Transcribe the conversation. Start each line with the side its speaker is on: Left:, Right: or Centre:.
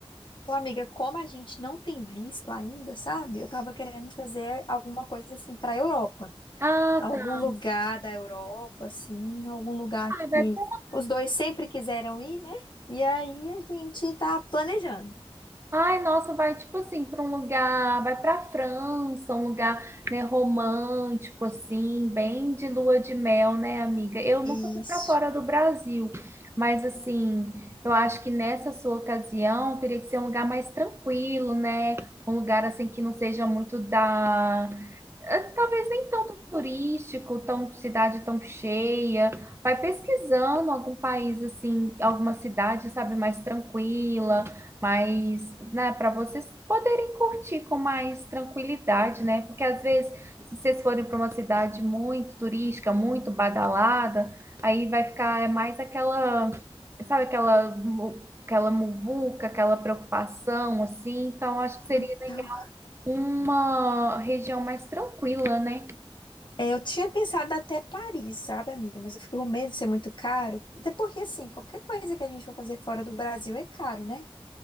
Left: Ô, amiga, como a gente não tem visto ainda, sabe? Eu tava querendo fazer alguma coisa assim para Europa.
Right: Ah,
Left: Algum
Right: tá.
Left: lugar da Europa, assim, algum lugar
Right: Ah,
Left: que
Right: vai pra...
Left: os dois sempre quiseram ir, né? E aí a gente tá planejando.
Right: Ai, nossa, vai tipo assim para um lugar, vai para França, um lugar, né, romântico assim, bem de lua de mel, né, amiga? Eu nunca
Left: Isso.
Right: fui para fora do Brasil, mas assim, eu acho que nessa sua ocasião teria que ser um lugar mais tranquilo, né? Um lugar assim que não seja muito da eh, Talvez nem tanto turístico, tão cidade tão cheia. Vai pesquisando algum país assim, alguma cidade, sabe, mais tranquila, mais, né, para vocês poderem curtir com mais tranquilidade, né? Porque às vezes, se vocês forem para uma cidade muito turística, muito badalada, aí vai ficar é mais aquela, sabe, aquela mu- aquela muvuca, aquela preocupação assim. Então, acho que seria
Left: Então,
Right: uma região mais tranquila, né?
Left: é, eu tinha pensado até Paris, sabe, amiga? Mas eu fico com medo de ser muito caro. Até porque, assim, qualquer coisa que a gente for fazer fora do Brasil é caro, né?